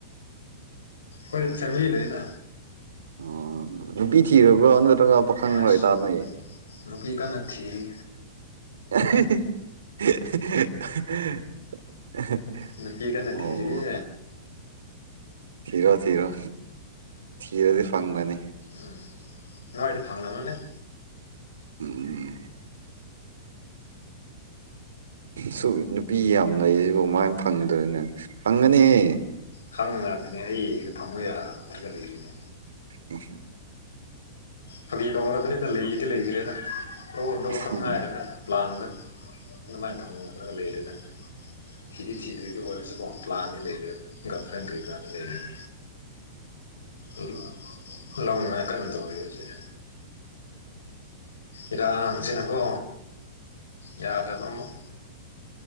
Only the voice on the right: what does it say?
ꯑꯣ ꯅꯨꯄꯤ ꯊꯤꯔꯕ꯭ꯔꯣ ꯅꯠꯇ꯭ꯔꯒ ꯄꯥꯈꯪꯂ
ꯏꯇꯥꯥ ꯅꯣꯏ
<unintelligible> <unintelligible>
ꯑꯣ
ꯊꯤꯔꯣ ꯊꯤꯔꯣ ꯊꯤꯔꯗꯤ ꯐꯪꯕꯅꯤ
ꯎꯝ ꯁꯨ ꯅꯨꯄꯤ ꯌꯥꯝ ꯂꯩꯁꯤꯕꯨ ꯀꯃꯥꯏꯟ ꯐꯪꯗꯣꯏꯅꯣ ꯐꯪꯒꯅꯤꯍꯦ
ꯎꯝ
ꯎꯝ